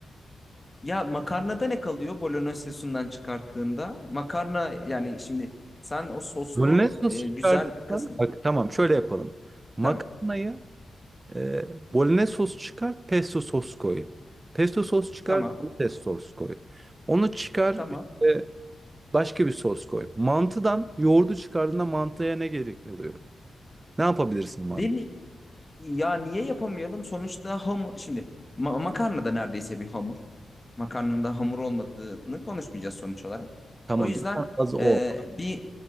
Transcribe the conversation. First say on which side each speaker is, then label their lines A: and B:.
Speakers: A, on the left; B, on the right.
A: Ya makarnada ne kalıyor bolognese sosundan çıkarttığında? Makarna yani şimdi sen o soslu
B: Bolognese sosu
A: e,
B: çıkarttığında
A: güzel kısmı.
B: bak tamam şöyle yapalım. Makarnayı
A: Tamam.
B: E, bolognese sos çıkar, pesto sos koy. Pesto sos çıkar,
A: Tamam.
B: domates sos koy. Onu çıkar,
A: Tamam.
B: işte başka bir sos koy. Mantıdan yoğurdu çıkardığında mantıya ne gerek kalıyor? Ne yapabilirsin mantı?
A: Deni ya niye yapamayalım? Sonuçta hamur şimdi ma makarna da neredeyse bir hamur. Makarnanın da hamur olmadığını konuşmayacağız sonuç olarak.
B: Tamam
A: O yüzden
B: zaten az o.
A: e, bir